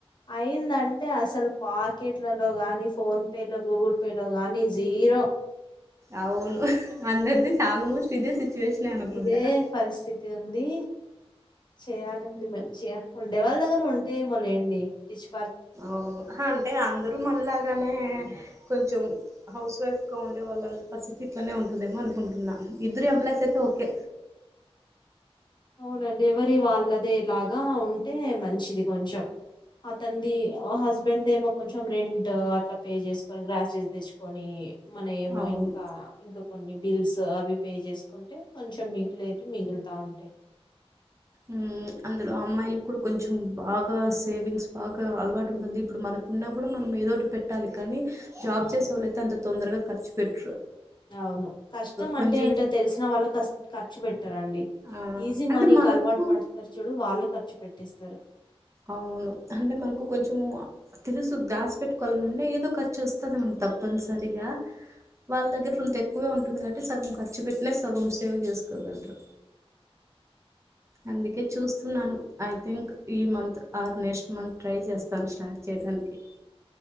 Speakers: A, on the left; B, on the right.
A: అయింది అం అంటే అసలు పాకెట్లలో కానీ ఫోన్ పేలో గూగుల్ పేలో గానీ జీరో
B: అవును అందరిది ఆల్మోస్ట్ ఇదే సిచ్యువేషనే అనుకుంటా
A: ఇదే పరిస్థితి ఉంది చేయాలండి మంచిగా ఉండే వాళ్ళ దగ్గర ఉంటాయి ఏమో లేండి ఇచ్చు
B: అవును అంటే అందర మనలాగానే కొంచెం హౌస్ వైఫ్ గా ఉండే వాళ్ళందరి పరిస్థితి ఇట్లానే ఉంటుందేమో అనుకుంటున్నా ఇద్దరు ఎంప్లాయీస్ అయితే ఓకే
A: అవునండి ఎవరి వాళ్ళదేలాగా ఉంటే మంచిది కొంచెం అతంది హస్బెండ్ ఏమో కొంచెం రెం ట్ పే చేసుకొని గ్రాసెస్ తెచ్చుకొని మన ఏమో
B: అవును
A: ఇంకా ఇంకా కొన్ని బిల్స్ అవి పే చేసు కుంటే కొంచెం మిగిలేవి మిగులుతా ఉంటాయి
B: ఆ అందులో అమ్మాయిలు కూడా కొంచెం బాగా సేవింగ్స్ బాగా అలవాటు ఉంటుంది ఇప్పుడు మనకున్నా కూడా మనం ఏదోటి పెట్టాలి కానీ జాబ్
A: ఉమ్,
B: చేసే వాళ్ళయితే అంత తొందరగా ఖర్చు పెట్
A: అవును కష్టం
B: కొంచెం
A: అంటే ఏంటో తెలిసిన వాళ్ళు ఖర్చు పెట్ట రండి
B: ఆ,
A: ఈజీ
B: అంటే
A: మనీకి
B: మనకు
A: అలవాటు పడతారు చూడు వాళ్ళు ఖర్చు పెట్టేస్తారు
B: అవును అంటే మనకు కొంచెం తెలుసు దాసి పెట్టుకోవాల నుండి ఏదో ఖర్చు వస్తుంది మనకు తప్పనిసరిగా వాళ్ళ దగ్గర కొంత ఎక్కువ ఉంటుంది కాబట్టి సగం ఖర్చు పెట్టినా సగం సేవ్ చేసుకోగలరు అందుకే చూస్తున్నాను ఐ థింక్ ఈ మంత్ ఆ నెక్స్ట్ మంత్ ట్రై చేస్తాను స్టార్ట్ చే ధనికి